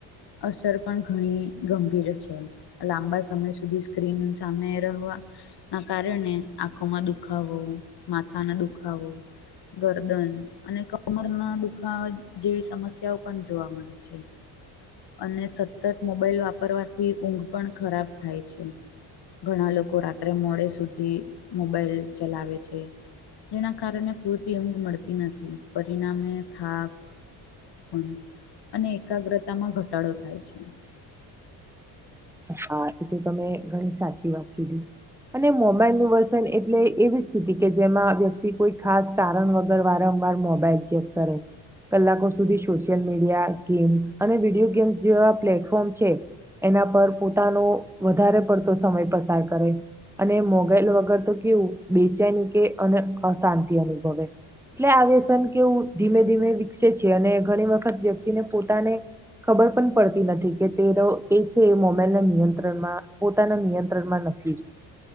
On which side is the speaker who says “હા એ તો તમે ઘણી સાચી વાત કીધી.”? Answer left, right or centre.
Centre